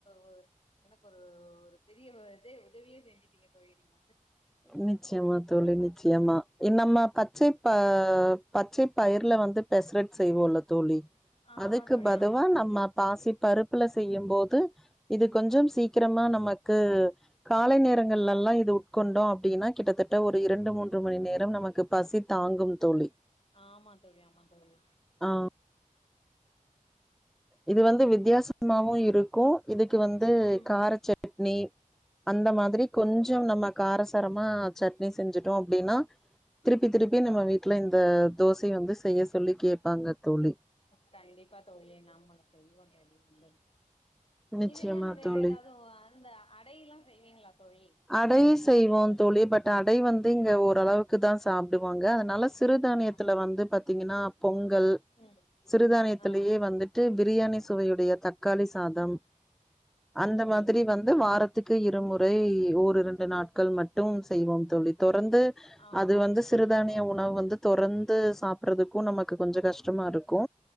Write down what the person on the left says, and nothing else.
ஒ எனக்கு ஒரு ஒரு பெரிய இதே உதவியே செஞ்சிட்டீங்க தோழி நீங்க வந்து
ஆமா
தோழி
ஆமா தோழி
ஆமா தோழி ஆமா தோழி
ம்
ஆ
கண்டிப்பா தோழி நம்முளு செய்வோ தோழி வந்து
இது இல்லாம வேற
எதாவ்து அ அந்த அடை எல்லா செய்வீங்களா தோழி
அடை அவியல்ங்கிறது
ஆ
ஆ
ம்
ஆ ம்
ம்
ஆ
அப்டியா